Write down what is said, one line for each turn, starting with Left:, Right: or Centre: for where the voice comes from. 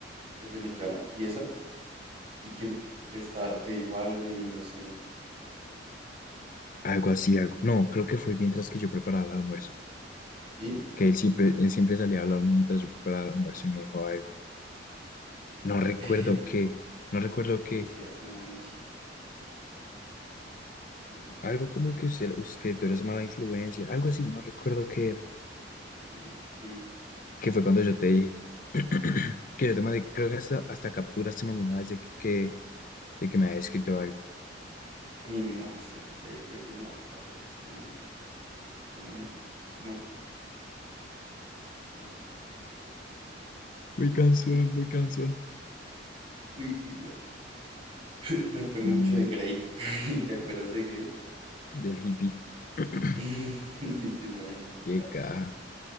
Right: que se metió a la pieza y quien te, está, te dijo algo de mí, no sé.
Left: Algo así, algo. No, creo que fue mientras que yo preparaba el almuerzo.
Right: ¿Sí?
Left: Que él siempre, él siempre salía a hablarme mientras yo preparaba el almuerzo y me dijo algo. No
Right: ¿Qué
Left: recuerdo
Right: te <laughs> dijo?
Left: qué. No recuerdo
Right: ¿Y qué te
Left: qué.
Right: decía ese man? Ush, Uy,
Left: Algo
Right: no.
Left: como que usted,
Right: baila.
Left: us- que tú eres mala influencia. Algo así, no recuerdo qué era.
Right: Ish, Ese man, sí.
Left: Que fue cuando yo te dije. <clears throat> Que yo te mandé, creo que hasta, hasta capturas te mandé una vez de que, que- de que me había escrito algo.
Right: Uy, no, eso sí. ahí Yo dije, no, baila este man. Este man, no, muy paila.
Left: Muy cansón,
Right: Y-
Left: muy cansón.
Right: Uy, sí, no. <laughs> Me acuerdo
Left: Mm,
Right: mucho de Grey. <laughs> ¿Te acuerdas de Grey?
Left: del hippie. <clears throat>
Right: <laughs> Ese man era un
Left: Qué
Right: parche.
Left: caja.